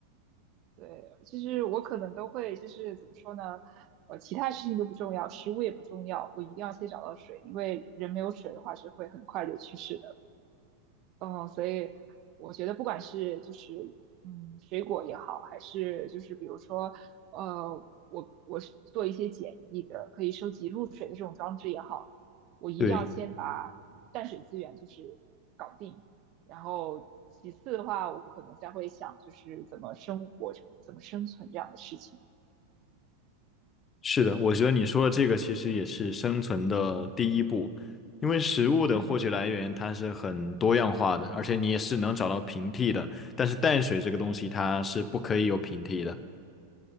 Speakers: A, on the right; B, on the left.
A: 对，就是我可能都会，就是怎么说呢？呃，其他事情都不重要，食物也不重要，我一定要先找到水，因为人没有水的话是会很快就去世的。嗯，所以我觉得不管是就是嗯水果也好，还是就是比如说呃我我是做一些简易的可以收集露水的这种装置也好，我一定要先把淡水资源就是搞定，
B: 对。
A: 然后其次的话，我可能再会想就是怎么生活，怎么怎么生存这样的事情。
B: 是的，我觉得你说的这个其实也是生存的第一步，因为食物的获取来源它是很多样化的，
A: 嗯。
B: 而且你也是能找到平替的，但是淡水这个东西它是不可以有平替的。